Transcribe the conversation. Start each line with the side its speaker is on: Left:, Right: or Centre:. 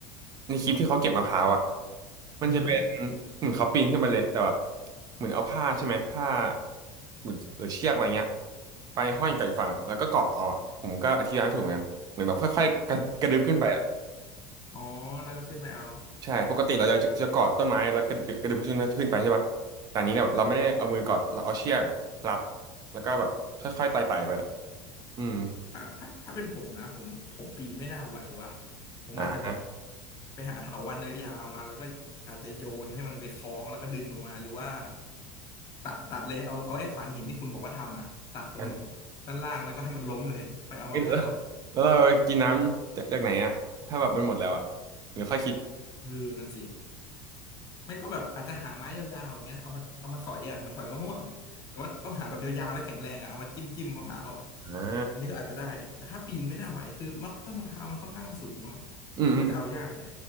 Right: ในคลิปที่เขาเก็บมะพร้าวอ่ะมันจะเป็น
Left: อือฮึ
Right: เหมือนเขาปีนขึ้นไปเลยแต่แบบเหมือนเอาผ้าใช่ไหมผ้าเหมือนหรือเชือกอะไรเงี้ยไปห้อยกับอีกฝั่งอะแล้วก็เกาะเอาอะผมก็อธิบายไม่ถูกเหมือนกันเหมือนแบบค่อยๆกระกระดึบขึ้นไปอ่ะ
Left: อ๋อ อ๋อแล้วก็ขึ้นไปเอา
Right: ใช่ปกติเราจะจะกอดต้นไม้แล้วก็กระดึบขึ้นขึ้นไปใช่ปะแต่อันนี้เนี่ยแบบเราไม่ได้เอามือกอดเราเอาเชือกอะรัดแล้วก็แบบค่อยๆไต่ไตไปอืม
Left: ถ้าถ้าถ้าเป็นผมนะผมผมปีนไม่น่าไหววะผมอาจจะแบบ
Right: อ่า
Left: ไปหาเถาวัลย์ยาวๆมาแล้วก็อาจจะโยนให้มันไปคล้องแล้วก็ดึงลงมาหรือว่าตัดตัดเลยเอาเอาไอ้ขวานหินที่คุณบอกว่าทำอ่ะตัดต้น
Right: งั้น
Left: ด้านล่างแล้วก็ให้มันล้มเลยค่อยเอามะพร้าว
Right: เหลือแล้วเรากินน้ำจากจากไหนอะถ้าแบบมันหมดแล้วอะหรือค่อยคิด
Left: เออนั่นสิไม่ก็แบบอาจจะหาไม้ยาวๆอย่างเงี้ยเอามาเอามาสอยอ่ะเหมันสอยมะม่วงแต่ว่าต้องหาแบบยาวๆแล้วแข็งแรงอ่ะเอามาจิ้มจิ้มมะพร้าว
Right: อ่า
Left: อันนี้ก็อาจจะได้แต่ถ้าปีนไม่น่าไหวคือมักต้นมะพร้าวมันค่อนข้างสูงเนาะ
Right: อืมอืม
Left: มันก็จะเอายากหน่อย